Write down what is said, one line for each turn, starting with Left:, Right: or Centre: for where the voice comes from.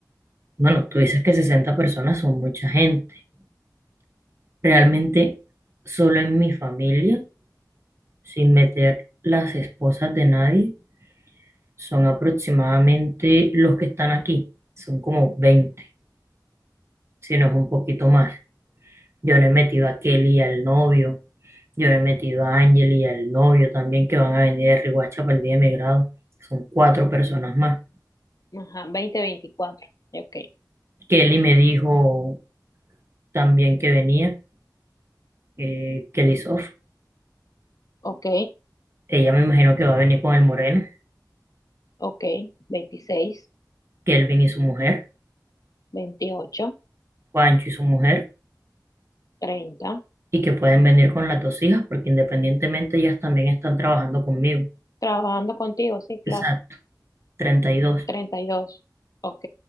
Right: Bueno, tú dices que 60 personas son mucha gente. Realmente, solo en mi familia, sin meter las esposas de nadie, son aproximadamente los que están aquí, son como veinte si no es un poquito más. Yo no he metido a Kelly y al novio, yo no he metido a Ángel y al novio también que van a venir de Riohacha para el día de mi grado, son cuatro personas más.
Left: ajá, veinte veinticuatro Ok,
Right: Kelly me dijo también que venía, eh, Kelly Sof,
Left: ok.
Right: ella me imagino que va a venir con el moreno,
Left: Ok, veintiséis
Right: Kelvin y su mujer,
Left: veintiocho
Right: Juancho y su mujer.
Left: treinta
Right: y que pueden venir con las dos hijas porque independientemente ellas también están trabajando conmigo.
Left: Trabajando contigo, sí, claro.
Right: Exacto, treinta y dos
Left: treinta y dos ok,